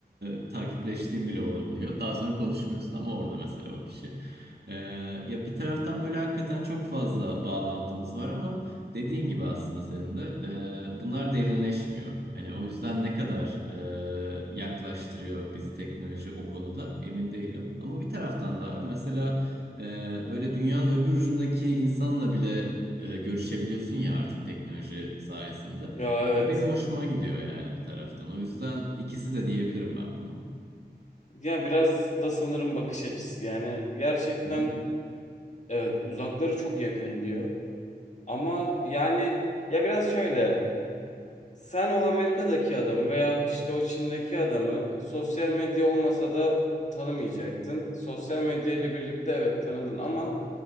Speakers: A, on the right; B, on the left.
A: e, takipleştiğin bile olabiliyor. Daha sonra konuşmuyorsun ama orada mesela o kişi. Ee, ya bir taraftan böyle hakikaten çok fazla bağlantımız var ama dediğin gibi aslında senin de e, bunlar derinleşmiyor. Hani o yüzden ne kadar e, yaklaştırıyor bizi teknoloji o konuda emin değilim. Ama bir taraftan da mesela ee, böyle dünyanın öbür ucundaki insanla bile e, görüşebiliyorsun ya artık teknoloji sayesinde.
B: Ya evet.
A: O benim hoşuma gidiyor yani bir taraftan. O yüzden ikisi de diyebilirim ben buna.
B: Ya biraz da sanırım bakış açısı. Yani gerçekten
A: Hı hı.
B: evet uzakları çok yakın ediyor. Ama yani ya biraz şöyle. sen o Amerika'daki adamı veyahut işte o Çin'deki adamı sosyal medya olmasa da tanımayacaktın. Sosyal medya ile birlikte evet tanıdın ama